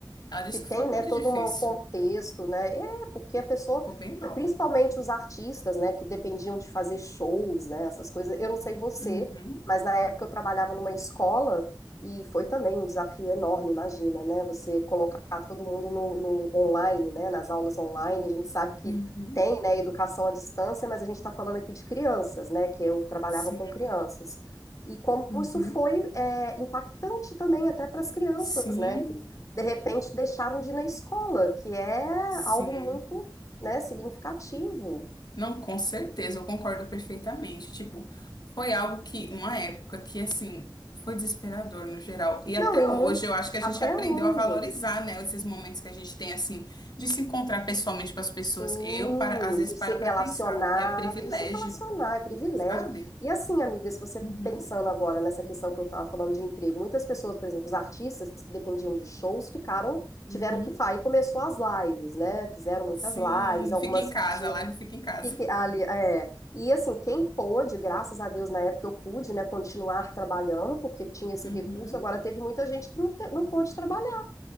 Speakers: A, on the left (about 65°); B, on the left (about 45°).
A: Ela disse
B: Que tem,
A: que foi
B: né,
A: muito
B: todo
A: difícil,
B: uma- um contexto, né? É, porque a pessoa,
A: ficou bem mal.
B: principalmente os artistas, né, que dependiam de fazer shows, né, essas coisas. Eu não sei você,
A: Uhum,
B: mas na época eu trabalhava numa escola e foi também um desafio enorme, imagina, né? Você colocar todo mundo no, no online, né, nas aulas online. A gente sabe que
A: uhum,
B: tem, né, educação à distância, mas a gente está falando aqui de crianças, né, que eu trabalhava
A: sim,
B: com crianças. E como
A: uhum,
B: isso foi é, impactante também até para as crianças,
A: sim,
B: né? Que de repente deixaram de ir na escola, que é
A: sim.
B: algo muito, né, significativo.
A: Não, com certeza, eu concordo perfeitamente. Tipo, foi algo que, uma época que, assim, foi desesperador no geral. E
B: Não,
A: até
B: e
A: hoje
B: muito
A: eu acho que a
B: até
A: gente aprendeu
B: hoje.
A: a valorizar, né, esses momentos que a gente tem, assim, de se encontrar pessoalmente com as pessoas.
B: Sim,
A: Eu, para, às vezes,
B: de
A: paro
B: se relacionar,
A: para pensar, é privilégio,
B: de se relacionar, é privilégio.
A: sabe?
B: E assim, amiga, se você
A: Uhum,
B: pensando agora nessa questão que eu estava falando de emprego, muitas pessoas, por exemplo, os artistas que dependiam de shows ficaram, tiveram
A: uhum.
B: que sair, começou as lives, né? Fizeram muitas
A: Sim,
B: lives, algumas
A: fica em casa,
B: que tinham
A: a live fica em casa.
B: Fique ali, é. E assim, quem pôde, graças a Deus, na época eu pude, né, continuar trabalhando, porque tinha esse
A: Uhum,
B: recurso. Agora teve muita gente que não, te- não pôde trabalhar